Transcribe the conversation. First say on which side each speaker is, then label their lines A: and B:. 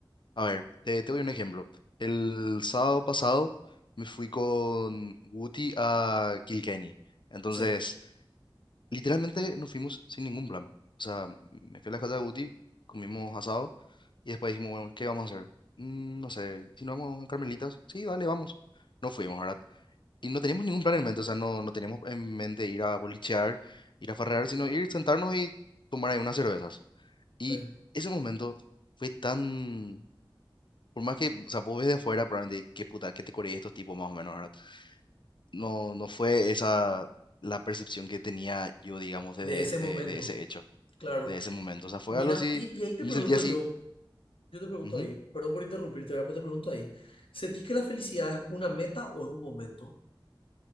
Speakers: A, on the left; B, on the left.
A: A ver, te, te doy un ejemplo. El sábado pasado me fui con Guti a Kilkenny. Entonces...
B: sí,
A: Literalmente nos fuimos sin ningún plan. O sea, me fui a la casa de Guti, comimos asado y después dijimos, bueno, ¿qué vamos a hacer? "Mm, no sé, si nos vamos a Carmelitas, sí, dale, vamos. No fuimos, ¿verdad? Y no teníamos ningún plan en mente, o sea, no, no teníamos en mente ir a bolichear, ir a farrear, sino ir, sentarnos y tomar ahí unas cervezas.
B: sí,
A: Y ese momento fue tan... Por más que, o sea, vos ves de afuera, probablemente, qué puta, qué te coreí estos tipos más o menos, ¿verdad? No, no fue esa la percepción que tenía yo, digamos, desde
B: de ese
A: de,
B: momento,
A: de ese hecho
B: claro.
A: de ese momento. O sea, fue
B: Mira,
A: algo así,
B: y, y ahí te
A: y
B: pregunto
A: me sentí así.
B: yo, yo te pregunto
A: ujú.
B: ahí, perdón por interrumpirte, ¿verdad? pero te pregunto ahí, ¿sentís que la felicidad es una meta o es un momento?